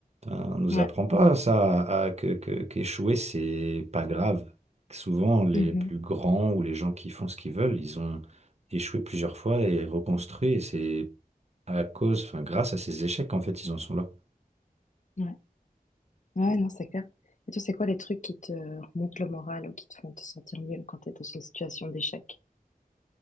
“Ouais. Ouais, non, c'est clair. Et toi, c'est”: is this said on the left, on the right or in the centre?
Left